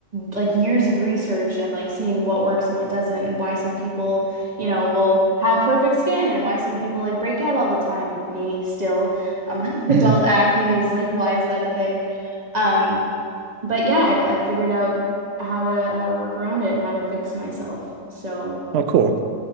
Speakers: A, on the right; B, on the right.
A: like years of research and like seeing what works and what doesn't, and why some people, you know, will have perfect skin and why some people like break out all the time. Me still, I'm like <laughs>
B: hmm
A: adult acne is like why is that a thing? Um, but yeah, I've I've figured out how to how to work around it and how to fix myself. So.
B: Well, cool.